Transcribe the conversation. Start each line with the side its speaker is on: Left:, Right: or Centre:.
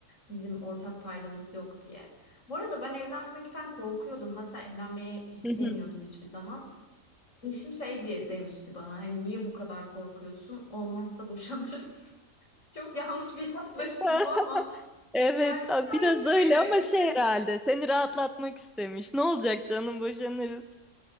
Left: bizim ortak paydamız yok diye. Bu arada ben evlenmekten korkuyordum. Hatta evlenmeye istemiyordum
Centre: Hı hı.
Left: hiçbir zaman. Eşim şey diye demişti bana hani niye bu kadar korkuyorsun? Olmazsa boşanırız. <laughs> Çok yanlış bir yaklaşım
Centre: <laughs>
Left: bu ama
Centre: Evet,
Left: yani ikna
Centre: a- biraz
Left: etti
Centre: öyle
Left: beni açıkçası.
Centre: ama şey herhalde seni rahatlatmak istemiş. Ne olacak canım boşanırız.